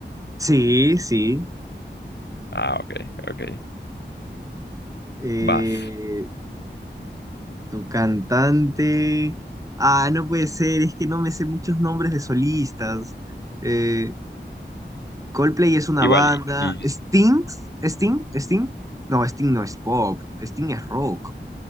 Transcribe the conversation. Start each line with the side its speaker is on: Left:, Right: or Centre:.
Right: Sí, sí.
Left: Ah, ok, ok.
Right: Eh,
Left: Vas.
Right: tu cantante. Ah, no puede ser, es que no me sé muchos nombres de solistas. Eh, Coldplay es una
Left: Igual,
Right: banda.
Left: y, y-
Right: ¿Sting? ¿Sting? ¿Sting? No, Sting no es pop. Sting es rock.